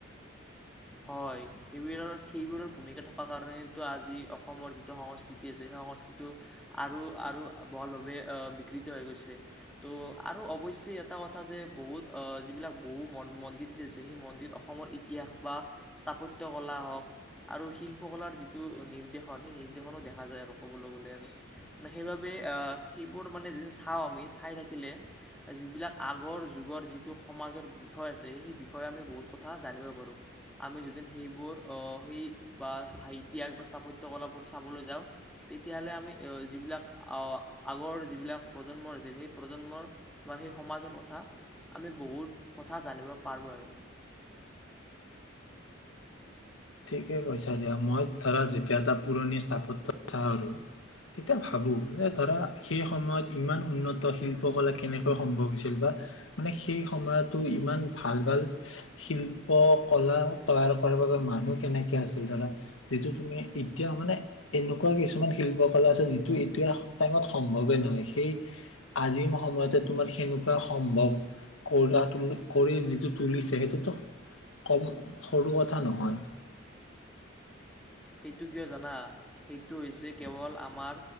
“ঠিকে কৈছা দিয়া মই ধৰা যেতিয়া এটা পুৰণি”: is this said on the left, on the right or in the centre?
Left